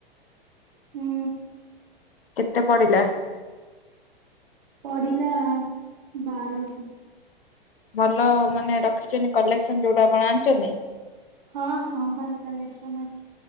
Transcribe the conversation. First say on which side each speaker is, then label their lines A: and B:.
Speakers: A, on the right; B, on the left.
A: ହୁଁ।
B: କେତେ ପଡିଲା।
A: ପଢିଲା ବାରଶହ।
B: ଭଲ ମାନେ ରଖିଛନ୍ତିଛନ୍ତି କଲେକ୍ସନ ଯୋଉଟା ଆପଣ ଆଣିଛନ୍ତି।
A: ହଁ ହଁ ଭଲ କଲେକ୍ସନ ଅଛି।